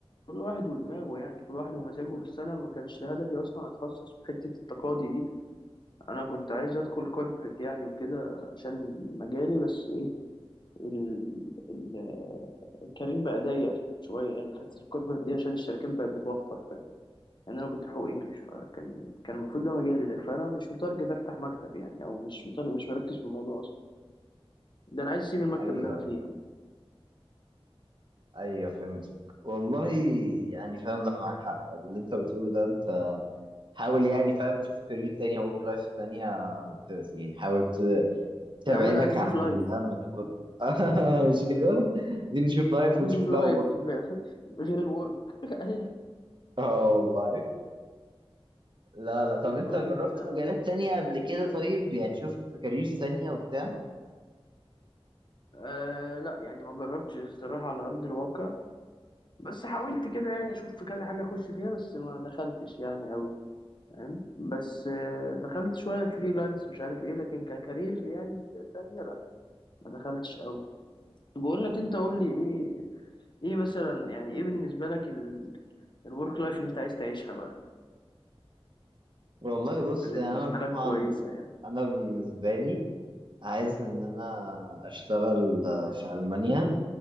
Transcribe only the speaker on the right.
ايوه
ايوه
ايوه فهمتك والله يعني فاهم لا معاك حق اللي انت بتقوله ده انت حاول يعني فاهم تشوف كارير تاني او ورك لايف تانية ت- يعني حاول تبعدك
عن
الغم ده كله <laughs> مش كده دي نشوف لايف
ونشوف
لها ورك
<laughs> اه والله لا لا طب انت
جربت
مجالات تانية قبل كده طيب يعني شفت كارير تانية وبتاع
والله بص
يعني
انا طبعا
انا بالنسبة لي عايز ان انا اشتغل في المانيا